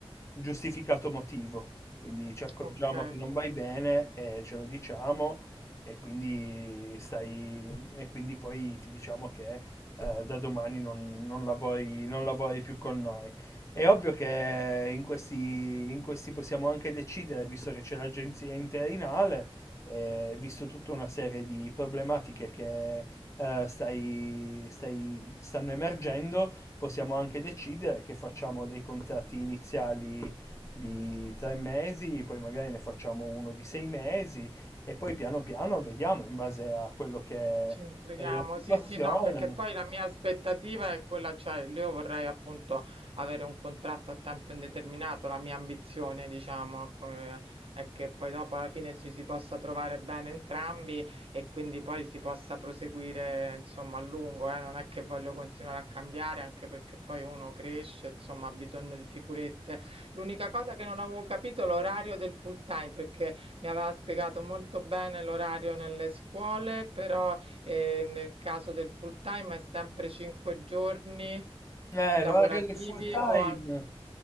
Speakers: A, on the left (about 30°); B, on the right (about 65°).
A: giustificato motivo. Quindi ci accorgiamo
B: ok.
A: che non vai bene e ce lo diciamo e quindi stai e quindi poi ti diciamo che eh, da domani non, non lavori, non lavori più con noi. È ovvio che in questi, in questi possiamo anche decidere, visto che c'è l'agenzia interinale, eh, visto tutta una serie di problematiche che eh, stai, stai- stanno emergendo, Possiamo anche decidere che facciamo dei contratti iniziali di tre mesi, poi magari ne facciamo uno di sei mesi e poi piano piano vediamo in base a quello che
B: Ci intrighiamo,
A: è la situazione.
B: sì, sì, no, perché poi la mia aspettativa è quella, cioè io vorrei appunto avere un contratto a tempo indeterminato, la mia ambizione, diciamo, ecco, eh, è che poi dopo alla fine ci si possa trovare bene entrambi e quindi poi si possa proseguire, insomma, a lungo, eh, non è che voglio continuare a cambiare, anche perché poi uno cresce, insomma, ha bisogno di sicurezze. L'unica cosa che non avevo capito è l'orario del full time, perché mi aveva spiegato molto bene l'orario nelle scuole, però e nel caso del full time è sempre 5 giorni
A: Eh,
B: lavorativi
A: l'orario del full time
B: o anche